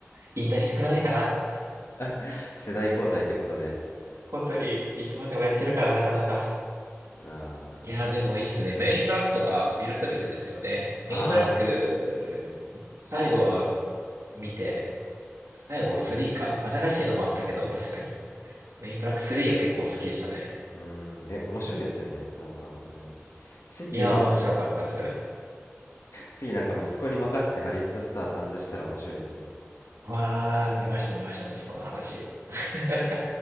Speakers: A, on the right; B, on the left.
A: 引退してくれないかな。
B: <laughs> 世代交代ってことで。
A: 本当に、いつまでもやってるからなかなか。
B: あ
A: いやー、でもいいっすね。メインブラックとか、ウィル・スミスですよね。メインブラック、
B: あ、ああ、
A: 最後は見て、最後は3か。新しいのもあったけど、確かに。メインブラック3が結構好きでしたね。
B: うーん、え、面白いですよね、なんか本当に。次は、
A: いやー、面白かったっす。
B: 次なんか息子に任せてハリウッドスター誕生したら面白いですね。
A: わー、見ました、見ました、息子の話。<laughs>